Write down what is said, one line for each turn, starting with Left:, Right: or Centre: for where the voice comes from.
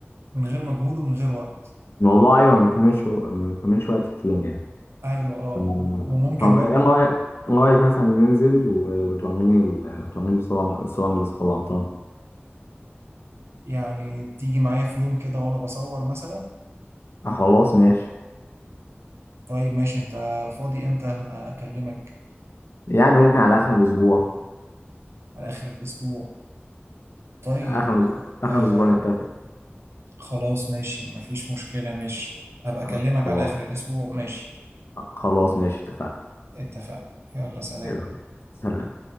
Right: من غير مجهود ومن غير وقت
Left: الموضوع ايوه ما بيكملش ما بيكملش وقت كتير يعني
Right: ايوه اه
Left: تمام.
Right: و- وممكن
Left: طب
Right: برضو
Left: ايه رايك ايه رايك مثلا ننزل و- وتوريني ال- وتوريني الصور الصور اللي صورتها
Right: يعني تيجي معايا في يوم كده وانا بصور مثلا
Left: آه خلاص ماشي
Right: طيب ماشي انت فاضي امتى اكلمك
Left: يعني ممكن على اخر الاسبوع
Right: على اخر الاسبوع طيب
Left: اخر الأس-
Right: آه
Left: اخر
Right: آه،
Left: الاسبوع نتفق
Right: خلاص ماشي مفيش مشكلة ماشي ابقى اكلمك
Left: آه خلاص
Right: على اخر الاسبوع ماشي
Left: آه خلاص ماشي اتفقنا
Right: اتفقنا يلا سلام
Left: يلا سلام